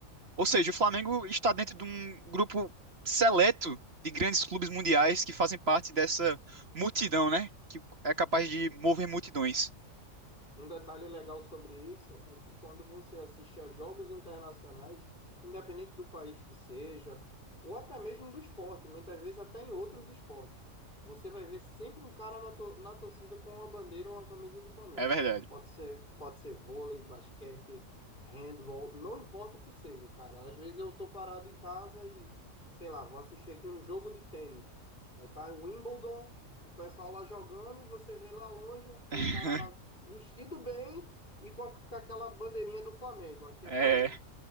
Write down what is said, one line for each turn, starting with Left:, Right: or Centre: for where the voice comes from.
Right: Ou seja, o Flamengo está dentro de um grupo seleto de grandes clubes mundiais que fazem parte dessa multidão, né? Que é capaz de mover multidões.
Left: Um detalhe legal sobre isso é que quando você assiste a jogos internacionais, independente do país que seja, ou até mesmo do esporte, muitas vezes até em outros esportes, você vai ver sempre um cara na, to- na torcida com uma bandeira ou uma camisa do Flamengo.
Right: É verdade.
Left: Pode ser, pode ser vôlei, basquete, handball, não importa o que seja, cara. Às vezes eu tô parado em casa e, sei lá, vou assistir aqui um jogo de tênis. Aí tá Wimbledon. O pessoal lá jogando e você vê lá longe o,
Right: <laughs>
Left: o cara lá vestido bem e com, a- com aquela bandeirinha do Flamengo. Aqui
Right: É.
Left: é Flamengo.